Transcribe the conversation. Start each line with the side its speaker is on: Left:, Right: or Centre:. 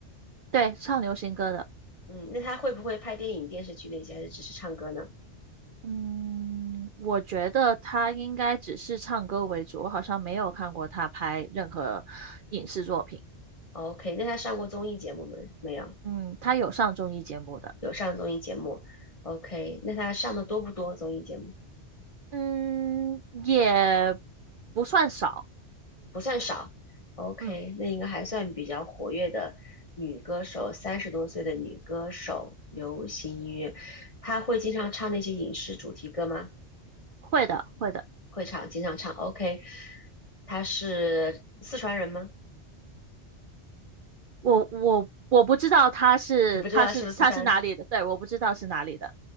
Right: 对，唱流行歌的，
Left: 嗯，那她会不会拍电影、电视剧那些，还是只是唱歌呢
Right: 嗯，我觉得他应该只是唱歌为主，我好像没有看过他拍任何影视作品，
Left: ？OK，那她上过综艺节目没？没有，
Right: 嗯，他有上综艺节目的，
Left: 有上综艺节目。OK，那她上的多不多综艺节目？
Right: 嗯，也不算少，
Left: 不算少。OK，
Right: 嗯，
Left: 那应该还算比较活跃的女歌手，三十多岁的女歌手，流行音乐，她会经常唱那些影视主题歌吗？
Right: 会的，会的。
Left: 会唱，经常唱。OK，她是四川人吗？
Right: 我我我不知道他是他是他是哪里的，
Left: 你不知道是不是四川
Right: 对，我不知道是哪里的。